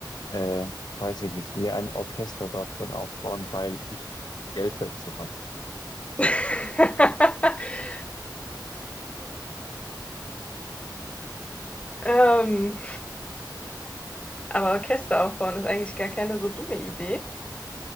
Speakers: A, on the left (about 60°); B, on the left (about 15°).
A: äh, weiß ich nicht, mir ein Orchester dort drin aufbauen, weil ich das Geld dazu habe.
B: <laughs> ähm, Aber Orchester aufbauen ist eigentlich gar keine so dumme Idee.